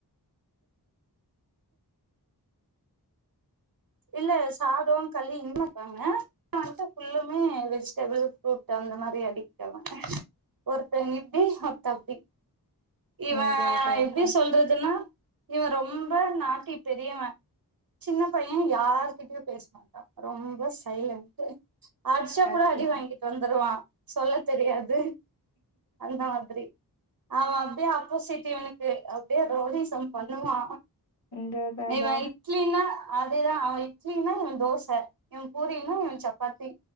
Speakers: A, on the right; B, on the left.
A: இல்ல சாதோ களி <unintelligible> வன்ட்டு புல்லுமே வெஜ்டபிள் ஃப்ரூட்டு அந்த மாரி அடிக்ட் ஆவாங் ஒருத்த இப்டி ஒர்த்த அப்டி இவ
B: அதா அதா
A: எப்டி
B: அதா
A: சொல்றதுன்னா இவ ரொம்ப நாட்டி பெரியவ சின்ன பைய் ய்ய யாருகிட்டியும் பேஸ் மாட்டா ரொம்ப சைலன்ட்டு அட்ச்சா
B: அது அச்சச்சோ
A: கூட அடி வாங்கிட்டு வந்துருவா சொல்ல தெரியாது அந்த மாதிரி அவ அப்டே ஆப்போசிட் உனுக்கு அப்டியே ரௌடிசம் பண்ணுவா
B: இந்த அதா அதா
A: இவ இட்லினா அதேதான் அவன் இட்லினா இவன் தோச இவன் பூரினா இவன் சப்பாத்தி